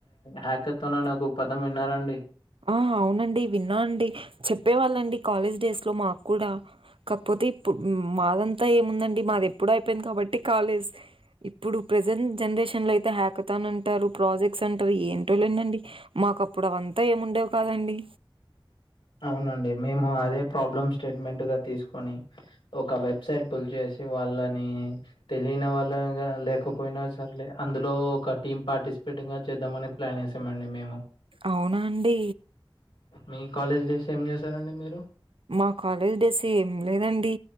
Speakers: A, on the left (about 75°); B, on the right (about 80°).
A: హ్యాక్ ఎత్తానని ఒక పదం విన్నారండి
B: ఆ అవునండి విన్నా అండి చెప్పేవాళ్ళండి కాలేజ్ డేస్ లో మా కూడా కాకపోతే ఇప్పుడు మాదంతా ఏముందండి మాది ఎప్పుడు అయిపోయింది కాబట్టి కాలేజ్ ఇప్పుడు ప్రెజెంట్ జనరేషన్ లో అయితే హ్యాకతాన్ అంటారు ప్రాజెక్ట్స్ అంటారు ఏంటో లేనండి మాకు అప్పుడు అవంతా ఏముండేవి కాదండి
A: అవునండి మేము అదే ప్రాబ్లం స్టేట్మెంట్ గా తీసుకొని ఒక వెబ్సైట్ పుల్చ చేసి వాళ్ళని తెలియని వాళ్ళ లేకపోయినా సరలే అందులో ఒక టీమ్ పార్టిసిపేట్ గా చేద్దామని ప్లాన్ వేసామండి మేము
B: అవునా అండి
A: మీ కాలేజ్ డేస్ ఏం చేశారండి మీరు
B: మా కాలేజ్ డ్రెస్ ఏం లేదండి